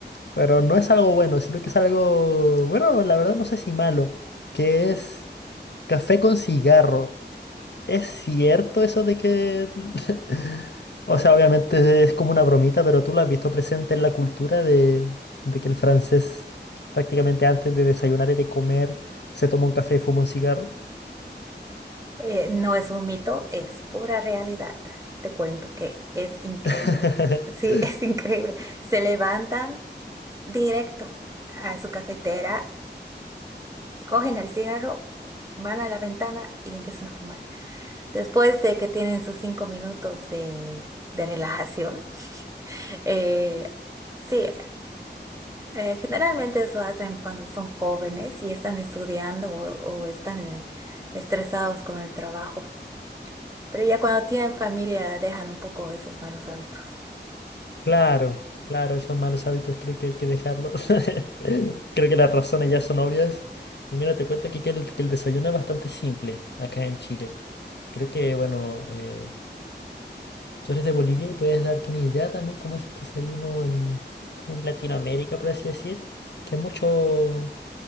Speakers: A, on the left; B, on the right.
A: Pero no es algo bueno, sino que es algo, bueno, la verdad no sé si malo, que es café con cigarro. ¿Es cierto eso de que... <laughs> O sea, obviamente es como una bromita, pero tú lo has visto presente en la cultura de, de que el francés prácticamente antes de desayunar y de comer se toma un café y fuma un cigarro?
B: Eh, no es un mito, es pura realidad. Te cuento que es increíble.
A: <laughs>
B: Sí, <laughs> es increíble. Se levantan directo a su cafetera, cogen el cigarro, van a la ventana y empiezan a fumar. Después de que tienen sus cinco minutos de, de relajación. Eh, sí, eh, generalmente eso hacen cuando son jóvenes y están estudiando o, o están eh, estresados con el trabajo. Pero ya cuando tienen familia dejan un poco esos malos hábitos.
A: Claro, claro, esos malos hábitos creo que hay que dejarlos. <laughs> Creo que las razones ya son obvias. Y mira, te cuento aquí que el, que el desayuno es bastante simple acá en Chile. Creo que, bueno, eh, tú eres de Bolivia y puedes darte una idea también cómo es el desayuno en, como en Latinoamérica, por así decir. Que es mucho...